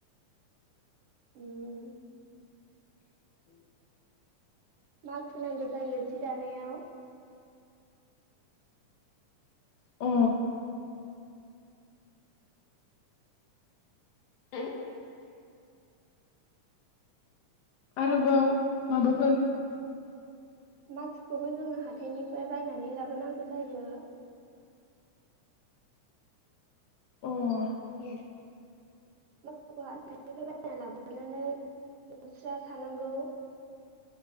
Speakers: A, on the right; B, on the left.
A: उम
B: <inaudible>
A: माखु नांगौ जायो जि दानायाव।
B: अ। <unintelligible> आरोबाव
A: माखु
B: माबाफोर
A: माकुखौबो जोङो हाथायनिफ्राय बायनानै लाबोनांगौ जायो।
B: अह
A: माकुखौ हाथाइनिफ्राय बायना लाबोनानै मुस्रा सानांगौ।